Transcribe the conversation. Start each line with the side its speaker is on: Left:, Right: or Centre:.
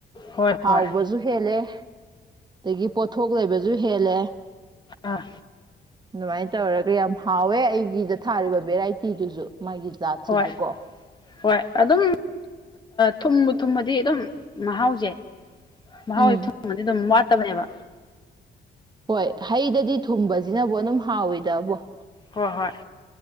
Left: ꯍꯣꯏ
Right: ꯍꯥꯎꯕꯁꯨ
Left: ꯍꯣꯏ
Right: ꯍꯦꯜꯂꯦ ꯑꯗꯒꯤ ꯄꯣꯠꯊꯣꯛ ꯂꯩꯕꯁꯨ ꯍꯦꯜꯂꯦ
Left: ꯑꯥ
Right: ꯑꯗꯨꯃꯥꯏꯅ ꯇꯧꯔꯒ ꯌꯥꯝ ꯍꯥꯎꯋꯦ ꯑꯩꯒꯤꯗ ꯊꯥꯔꯤꯕ ꯚꯦꯔꯥꯏꯇꯤꯗꯨꯁꯨ ꯃꯥꯒꯤ ꯖꯥꯠꯁꯤꯁꯨ
Left: ꯍꯣꯏ
Right: ꯀꯣ
Left: ꯍꯣꯏ ꯑꯗꯨꯝ ꯊꯨꯝꯕ ꯊꯨꯝꯕꯗꯤ ꯑꯗꯨꯝ ꯃꯍꯥꯎꯁꯦ ꯃꯍꯥꯎꯁꯦ
Right: ꯎꯝ
Left: ꯊꯨꯝꯃꯥꯗꯤ ꯑꯗꯨꯝ ꯋꯥꯠꯇꯕꯅꯦꯕ
Right: ꯍꯣꯏ ꯍꯩꯗꯗꯤ ꯊꯨꯝꯕꯁꯤꯅꯕꯨ ꯑꯗꯨꯝ ꯍꯥꯎꯏꯗꯕꯣ
Left: ꯍꯣꯏ ꯍꯣꯏ